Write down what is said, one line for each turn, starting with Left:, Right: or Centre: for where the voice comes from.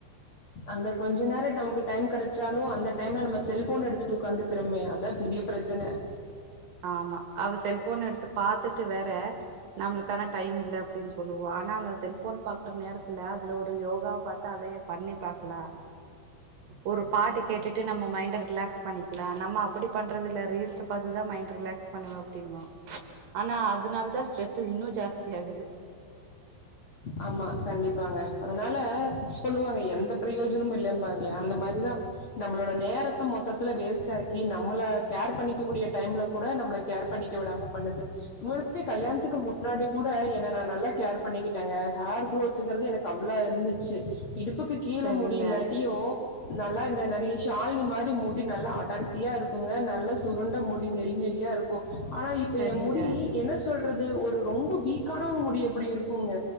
Left: அந்த கொஞ்ச நேரோ நமக்கு டைம் கிடைச்சாலு அந்த டைம்ல நம்ம செல்போன் எடுத்துட்டு உட்காந்துக்கிறமே அதான் பெரிய பிரச்சனை
Right: ஆமா அத செல்போன் எடுத்து பாத்துட்டு வேற நம்ளுக்கான டைம் இல்ல அப்டின் சொல்லுவா ஆனா அந்த செல்போன் பாக்ற நேரத்துல அதுல ஒரு யோகாவ் பாத்து அதயே பண்ணி பாக்கலா ஒரு பாட்டு கேட்டுட் டு நம்ம மைண்ட ரிலாக்ஸ் பண்ணிக்கலா நம்ம அப்டி பண்றதில்ல ரீல்ஸ பாத்துதா மைண்ட் ரிலாக்ஸ் பண்ணுவ அப்டிங்கு ஆனா அதுனால தான் ஸ்ட்ரெஸ்ஸு இன்னு ஜாஸ்தி ஆகுது
Left: ஆமா கண்டிப்பாங்க அதனால சொல்லுவாங்க எந்த ப்ரியோஜனம் இல்ல பாங்ள அந்த மாரிதா நம்மளோட நேரத்த மொத்தத்துல வேஸ்ட் ஆக்கி நம்மள கேர் பண்ணிக்க கூடிய டைம்ல கூட நம்ள கேர் பண்ணிக்க விடாம பண்ணுது <unintelligible> கல்யாணத்துக்கு முன்னாடி கூட என்ன நான் நல்லா கேர் பண்ணிகி டங்க ஹேர் குரோத்துங்குறது எனக்கு அவ்ளோ இருந்துச்சு இடுப்புக்கு கீழ
Right: சரிங்க
Left: முடியில்லாட்டியு நல்லா இந்த நடிகை ஷாலினி மாரி முடி நல்லா அடர்த்தியா இருக்குங்க நல்லா சுருண்ட முடி நெளிநெளியா இருக்கு ஆனா இப்ப
Right: சரிங்க
Left: ஏ முடி என்ன சொல் றது ஒரு ரொம்பொ வீக்கான முடி எப்டி இருக்குங்க